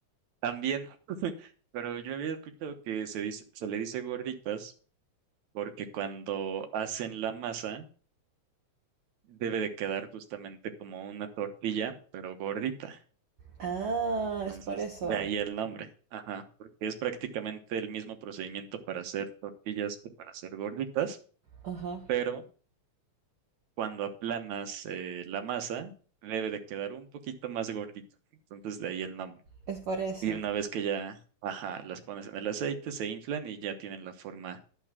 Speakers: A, on the right; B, on the right.
A: también, pero yo había escuchado que se dice, se le dice gorditas porque cuando hacen la masa debe de quedar justamente como una tortilla, pero gordita.
B: Ah,
A: Entonces,
B: es por eso.
A: de ahí el nombre. Ajá, porque es prácticamente el mismo procedimiento para hacer tortillas que para hacer gorditas,
B: Ajá.
A: pero cuando aplanas eh, la masa, debe de quedar un poquito más gordito. Entonces, de ahí el nombre.
B: Es por eso.
A: Y una vez que ya, ajá, las pones en el aceite, se inflan y ya tienen la forma